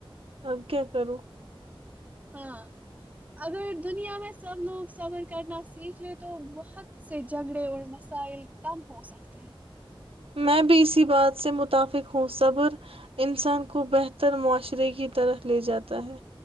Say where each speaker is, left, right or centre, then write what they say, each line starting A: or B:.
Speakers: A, on the right; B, on the right.
A: اب کیا کرو
B: ہاں اگر دنیا میں سب لوگ صبر کرنا سیکھ لے تو بہت سے جھگڑے اور مسائل کم ہو سکتے ہیں
A: میں بھی اسی بات سے متفق ہوں صبر انسان کو بہتر معاشرے کی طرح لے جاتا ہے